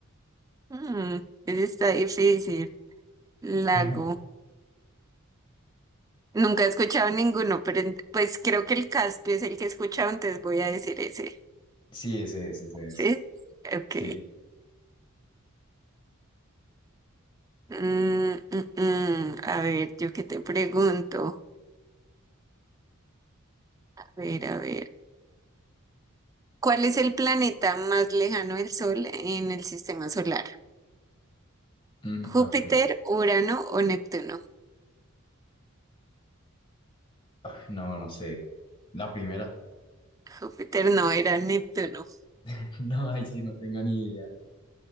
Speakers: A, on the right (about 15°); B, on the left (about 25°).
A: Mm, ese está difícil. Lago.
B: <laughs>
A: Nunca he escuchado ninguno, pero en- pues creo que el Caspio es el que he escuchado, entonces voy a decir ese.
B: Sí, ese es, ese
A: ¿Sí?
B: es.
A: Ok.
B: Sí.
A: Mm, mm, mm. A ver, yo qué te pregunto. A ver, a ver. ¿Cuál es el planeta más lejano del Sol en el sistema solar?
B: Mm,
A: ¿Júpiter,
B: ok.
A: Urano o Neptuno?
B: Ay, no, no sé. La primera.
A: Júpiter no, era Neptuno.
B: <laughs> No, ahí sí no tengo ni idea.